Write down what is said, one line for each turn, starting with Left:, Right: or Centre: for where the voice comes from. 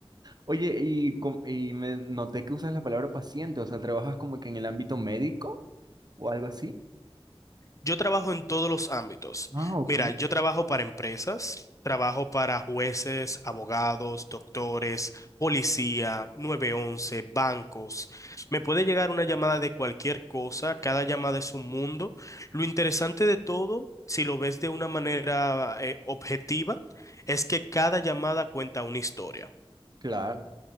Right: Oye, y, com- y me noté que usas la palabra paciente. O sea, ¿trabajas como que en el ámbito médico o algo así?
Left: Yo trabajo en todos los ámbitos.
Right: Ah, ok.
Left: Mira, yo trabajo para empresas, trabajo para jueces, abogados, doctores, policía, nueve once, bancos. Me puede llegar una llamada de cualquier cosa, cada llamada es un mundo. Lo interesante de todo, si lo ves de una manera eh, objetiva, es que cada llamada cuenta una historia.
Right: Claro.